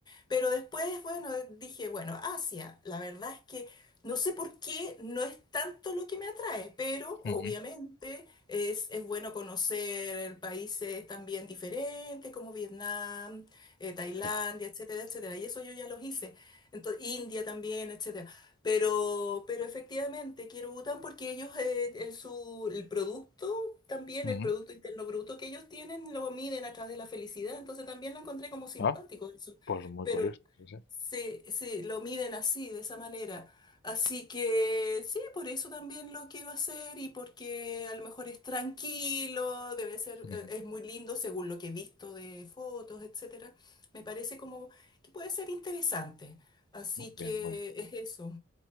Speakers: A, on the left (about 20°); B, on the left (about 50°).
A: Pero después, bueno, dije, bueno, Asia, la verdad es que no sé por qué no es tanto lo que me atrae, pero obviamente
B: Ujú,
A: es, es bueno conocer países también diferentes como Vietnam, eh, Tailandia,
B: Sí.
A: etcétera, etcétera. Y eso yo ya los hice. Entonces, India también, etcétera. Pero, pero efectivamente quiero Bután porque ellos, eh, el, su, el producto también,
B: ujú,
A: el Producto Interno Bruto que ellos tienen, lo miden a través de la felicidad. Entonces también lo encontré como simpático
B: Ah,
A: eso.
B: pues muy
A: Pero
B: curioso. Sí, sí.
A: se, se lo miden así, de esa manera. Así que sí, por eso también lo quiero hacer y porque a lo mejor es tranquilo, debe ser,
B: ujú.
A: eh, es muy lindo según lo que he visto de fotos, etcétera. Me parece como que puede ser interesante. Así
B: Muy
A: que
B: bien, muy bien.
A: es eso.